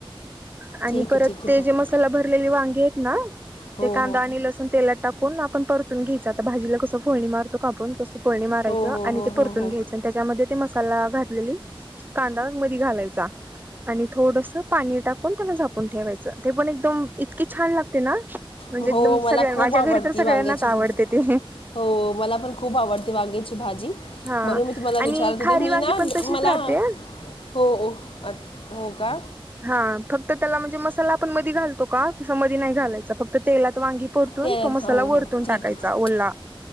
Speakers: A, on the right (about 20°); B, on the left (about 70°).
A: आणि
B: ठीक आहे
A: परत
B: ठीक आहे
A: ते
B: बरं.
A: जे मसाला भरलेले वांगी आहेत ना,
B: हो
A: ते कांदा
B: हो
A: आणि लसूण तेलात टाकून आपण परतून घ्यायच. आता भाजीला कसं फळणी मारतो का आपण कसं फळणी माराचं
B: हो हो
A: आणि ते परतून
B: हो हो
A: घ्यायच् त्याच्यामध्ये ते मसाला घातलेली कांदा मदी घालायचा. आणि थोडस पाणी टाकून त्याला झाकू कुण ठेवायचं. ते पण एकदम इतकी छान लागते ना म्हणजे
B: हो
A: एकदम
B: हो मला
A: सगळ्यां,
B: खूप
A: माझ्या
B: आवडती
A: घरी तर सगळ्यांनाच
B: वांग्याची
A: आवडते
B: भाजी
A: ती
B: हो मला पण खूप आवडते वांग्याची भाजी
A: हा
B: म्हणून मी तुम्हाला
A: आणि
B: विचारत
A: खारी
B: होते. मी
A: वांगी
B: ना
A: पण तशीच
B: मला
A: राहते
B: हो. हो का?
A: हा. फक्त त्याला म्हणजे मसाला आपण मदी घालतो का, तसं मदी नाही घालायचा फक्त तेलात वांगी परतून
B: ते
A: तो मसाला
B: हो हो
A: वरतून
B: ठीक
A: टाकायचा,
B: आहे
A: ओल्ला.